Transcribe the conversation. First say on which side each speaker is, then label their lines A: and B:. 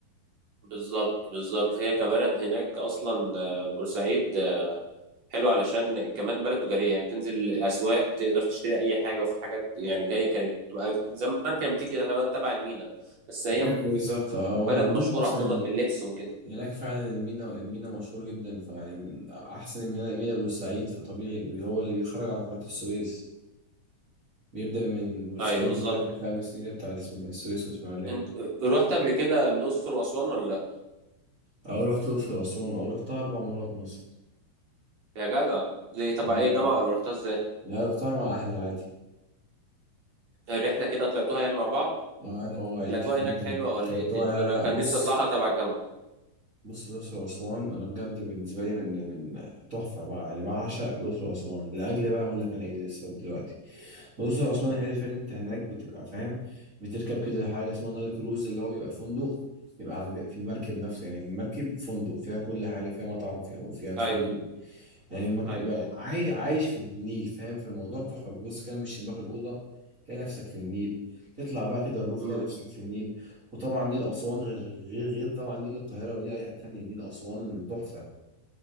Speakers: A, on the right; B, on the right.
A: بالظبط بالظبط هي كبلد هناك أصلا آه، بورسعيد حلو علشان كمان بلد تجارية يعني تنزل أسواق تقدر تشتري أي حاجة وفي حاجات يعني جاية كانت بتبقى زمان كانت بتيجي تبع تبع المينا بس هي
B: ايوه بالظبط اه هو
A: بلد
B: عندهم
A: مشهورة
B: اصلا
A: عموما
B: المي...
A: باللبس وكده
B: هناك فعلا المينا المينا مشهور جدا فيعني من احسن المينا مينا بورسعيد فطبيعي هو اللي بيخرج على قناة السويس بيبدا من بورسعيد
A: أيوه بالظبط
B: لحد خامس المينا بتاع الإسم- السويس والاسماعيليه
A: أنت رحت قبل كده الأقصر وأسوان ولا لأ؟
B: اه رحت الاقصر واسوان اه رحتها اربع مرات مصر
A: يا جدع دي تبع
B: أما-
A: إيه جامعة ولا رحتها إزاي؟
B: لا رحتها مع اهلي عادي
A: الرحلة كده طلعتوها يعني مع بعض
B: اه انا وعائلتي
A: الأجواء
B: في
A: هناك
B: مصر
A: حلوة ولا
B: كنت
A: إيه الدنيا؟
B: لا لا
A: أنا
B: لا
A: كان نفسي
B: بص
A: أطلعها تبع الجامعة
B: بص الأقصر وأسوان أنا بجد بالنسبة لي من من تحفة بقى يعني بعشق الأقصر وأسوان لأجل بقى أقول لك أنا إيه السبب دلوقتي الأقصر وأسوان الحلو فيها إن أنت هناك بتبقى فاهم بتركب كده حاجة اسمها نايل كروز اللي هو بيبقى فندق بيبقى على- بيبقى في المركب نفسه يعني المركب فندق فيها كل حاجة فيها مطعم فيها وفيها الفندق
A: أيوه
B: يعني مك...
A: أيوه
B: ب-
A: أيوه
B: عاي... عايش في النيل فاهم في الموضوع تحفه بص كده من شباك الاوضه تلاقي نفسك في النيل تطلع بقى كده الروف
A: أمم.
B: تلاقي نفسك في النيل وطبعا نيل اسوان غير غير غير طبعا نيل القاهره ونيل اي حته تانيه نيل اسوان تحفه